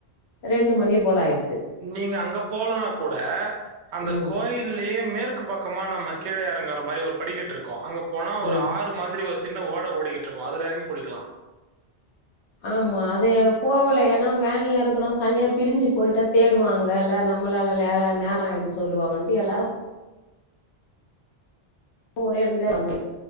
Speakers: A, on the left (about 85°); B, on the right (about 85°).
A: ரெண்டு மணி போல ஆயிட்ட
B: நீங்க அங்க போலன்னா கூட அந்த
A: ம்
B: கோயிலலயேம க்கு பக்கமா நம்ம கீழே அறங்குற மாதிரி ஒரு படிக்கட்டு இருக்கோ அங்க போனா ஒரு
A: ம்
B: ஆறு மாதிரி வச்ச சின்ன ஓடை ஓடிக்கிட்டு இருக்கோம் அதுல எயாருமே குளிக்கலாம்
A: ஆமா அது எங்க போகல ஏன்னா வேன்ல இருக்கிறோம் தனியா பிரி்சு போயிட்டா தேடுவாங்க இல்ல நம்மளால நேரம் ஆயிடுச்சு சொல்லுவாங்கட்டு எல்லாரும் ஒரே இடத்துல வந்தேன்